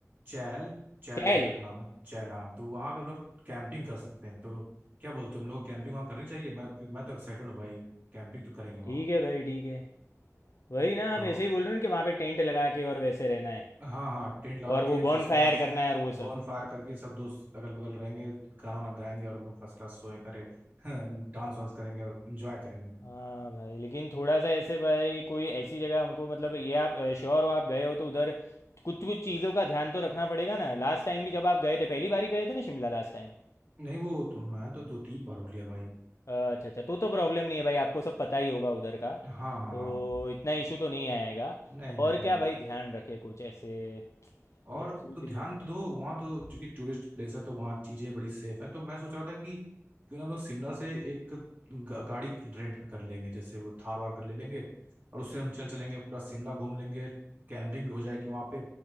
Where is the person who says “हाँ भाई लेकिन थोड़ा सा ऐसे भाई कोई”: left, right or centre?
Left